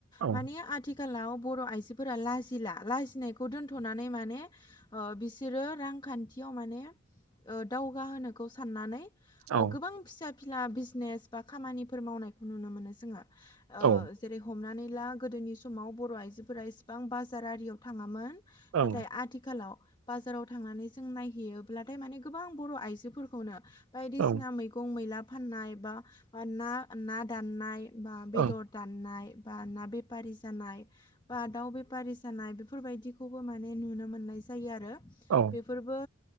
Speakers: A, on the right; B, on the left.
A: औ
B: माने आथिखालाव बर' आइजोफोरा लाजि ला लाजिनायखौ दोन्थ'नानै माने ओ बिसोरो रांखान्थियाव माने ओ दावगाहोनोखौ साननानै ओ
A: औ
B: गोबां फिसा फिला बिजनेस बा खामानिफोर मावनायखौ नुनो मोनो जोङो। ओ
A: औ
B: जेरै हमनानै ला गोदोनि समाव बर' आइजोफोरा इसेबां बाजार आरियाव थाङामोन
A: औ
B: नाथाय आथिखालाव बाजाराव थांनानै जों नायहैयोब्लाथाय माने गोबां बर' आइजोफोरखौनो बायदिसिना
A: औ
B: मैगं मैला फाननाय बा ना ना दाननाय बा
A: औ
B: बेदर दाननाय बा ना बेफारि जानाय बा दाउ बेफारि जानाय बे बेफोरबायदिखौबो माने नुनो मोननाय जायो आरो।
A: औ
B: बेफोरबो